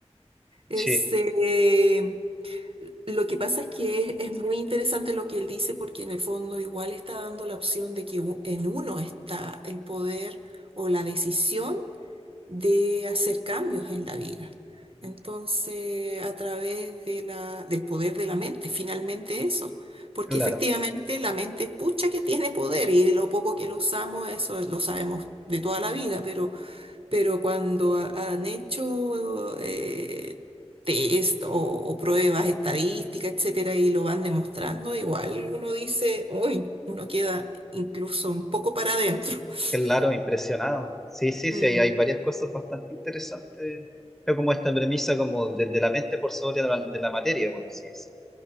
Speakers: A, on the right; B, in the centre.
A: es...
B: sí,
A: eh, Lo que pasa es que es, es muy interesante lo que él dice porque en el fondo igual está dando la opción de que u- en uno está el poder o la decisión de hacer cambios en la vida. Entonces, a través de la, del poder de la mente, finalmente eso. Porque
B: claro.
A: efectivamente la mente, pucha que tiene poder y lo poco que lo usamos, eso lo sabemos de toda la vida, pero pero cuando ha- han hecho eh, test o, o pruebas estadísticas, etcétera, y lo van demostrando, igual uno dice, uy, uno queda incluso un poco para adentro. <laughs>
B: Claro, impresionado. Sí, sí,
A: Mm,
B: sí, hay, hay varias cosas bastante interesantes. Es como esta premisa como desde la mente por sobre la, de la materia, por así decirlo.